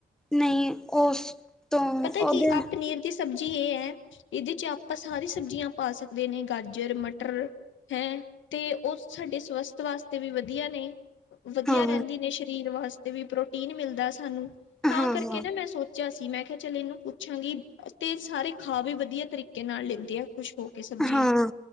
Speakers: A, in the centre; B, on the left.
A: ਨਈਂ ਉਸ ਤੋਂ
B: ਪਤਾ
A: ਉਹਦੇ
B: ਕੀ ਆਹ ਪਨੀਰ ਦੀ ਸਬਜ਼ੀ ਇਹ ਐ, ਇਹਦੇ ਚ ਆਪਾਂ ਸਾਰੀ ਸਬਜ਼ੀਆਂ ਪਾ ਸਕਦੇ ਨੇ ਗਾਜਰ, ਮਟਰ ਹੈਂ? ਤੇ ਉਹ ਸਾਡੇ ਸਵਸਥ ਵਾਸਤੇ ਵੀ ਵਧੀਆ ਨੇਂ। ਵਧੀਆ
A: ਹਾਂ
B: ਰਹਿੰਦੀ ਨੇ ਸਰੀਰ ਵਾਸ ਤੇ ਵੀ ਪ੍ਰੋਟੀਨ ਮਿਲਦਾ ਸਾਨੂੰ ਤਾਂ
A: ਹਾਂ
B: ਕਰਕੇ
A: ਹਾਂ
B: ਨਾਂ ਮੈਂ ਸੋਚ ਆ ਸੀ। ਮੈਂ ਕਿਹਾ ਚੱਲ ਇਹਨੂੰ ਪੁੱਛਾਂਗੀ ਤੇ ਸਾਰੇ ਖਾ ਵੀ ਵਧੀਆ ਤਰੀਕੇ ਨਾਲ ਲੈਂਦੇ ਆਂ ਖੁਸ਼ ਹੋ ਕੇ ਸਬਜ਼ੀ
A: ਹਾਂ
B: ਨੂੰ